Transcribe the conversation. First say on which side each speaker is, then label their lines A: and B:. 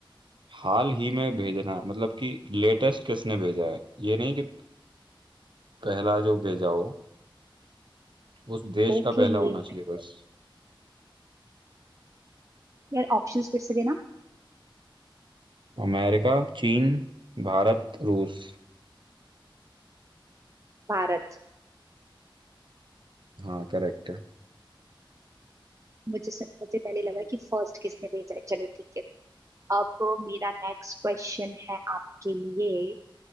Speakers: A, on the right; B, on the right.
A: हाल ही में भेजना है मतलब कि लेटेस्ट किसने भेजा है ये नहीं कि पहला जो भेजा हो उस देश
B: ओके
A: का पहला
B: लेक
A: होना चाहिए
B: बैंक
A: बस
B: यार ऑप्शंस फिर से देना
A: अमेरिका चीन भारत रूस
B: भारत
A: हाँ करेक्ट है
B: मुझे सब मुझे पहले लगा कि फर्स्ट किसने भेजा है चलो ठीक है अब मेरा नेक्स्ट क्वेश्चन है आपके लिए